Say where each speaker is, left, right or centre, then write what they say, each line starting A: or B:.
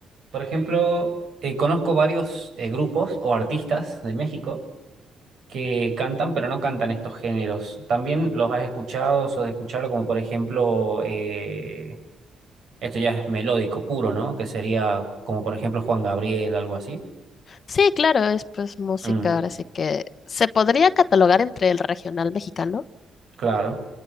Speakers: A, on the right; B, on the left.
A: por ejemplo, eh, conozco varios eh, grupos o artistas de México que cantan, pero no cantan estos géneros. También los has escuchado o de escucharlo, como por ejemplo... eh, Esto ya es melódico puro, ¿no? Que sería como por ejemplo Juan Gabriel, algo así.
B: Sí, claro, es pues música,
A: Mm,
B: ahora sí que se podría catalogar entre el regional mexicano.
A: claro,